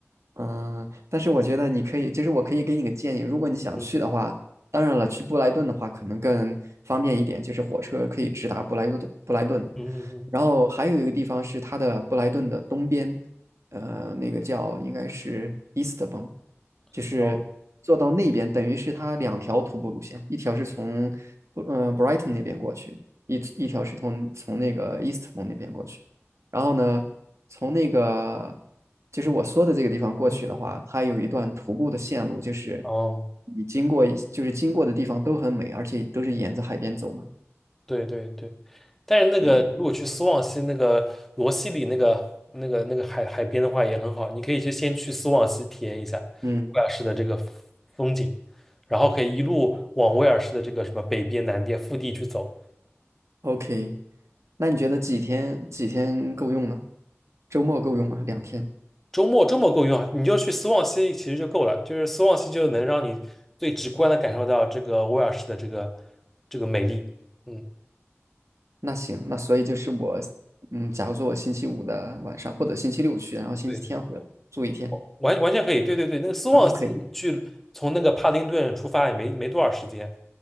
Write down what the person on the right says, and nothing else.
嗯，但是我觉得你可以，其实我可以给你个建议，如果你想去的话，
当然了，去布莱顿的话可能更方便一点，就是火车可以直达布莱顿布莱顿。
然后还有一个地方是它的布莱顿的东边，呃，那个叫应该是 Eastbourne，
就是坐到那边，
等于是它两条徒步路线，一条是从呃 Brighton 那边过去，一一条是从从那个 Eastbourne 那边过去。然后呢，从那个就是我说的这个地方过去的话，
它有一段徒步的线路，就是
你经过一就是经过的地方都很美，而且都是沿着海边走嘛。
对，
嗯
，OK，那你觉得几天几天够用呢？周末够用吗？两天？
那行，那所以就是我，嗯，假如说我星期五的晚上或者星期六去，然后星期天回来住一天，
两天可以。